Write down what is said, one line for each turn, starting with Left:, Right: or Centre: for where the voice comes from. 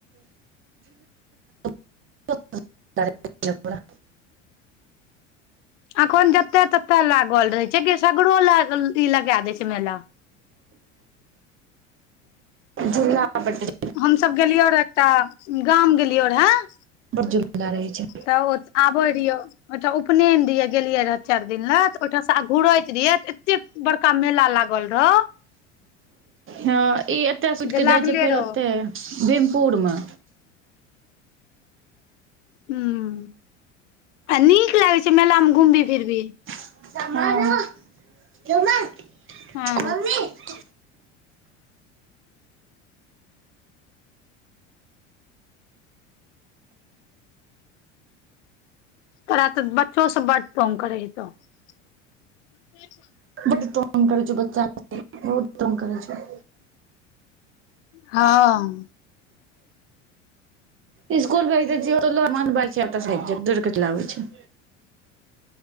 Right: <unintelligible> <unintelligible>
Left: अखोन जत तते लागल रहे छे गै सगरो लाग- ई लगा दैय छै मेला।
Right: झूला <unintelligible>
Left: हमसब गेलिये रैऽ एकटा गाम गेलियोरैऽ,
Right: बड्ड जुल्ला रहै छे।
Left: त ओ आबैऽरहियो ओहिठम उपनयन दियै गऽ गेलिये रह चाइर दिन लय त ओयठां स आ- घुरय रिये त एत्ते बड़का मेला लागल रौह,
Right: ह ई एतय से उठ
Left: जे
Right: के
Left: लागले
Right: जाइ छै फेर
Left: रहो
Right: ओते भीमपुर मे
Left: हूं, आ नीक लागे छै मेला मे घुमबी फिर भी।
Right: <unintelligible>
Left: हँ तोरा त बच्चो सब बड तंग करै हेतो। <unintelligible>
Right: बड्ड तंग करै छो बच्चा <unintelligible> बहुत तंग करै छौ।
Left: हं-
Right: इसकुल भेज दय छीये ओत स- <unintelligible> दौड क चल आबय छय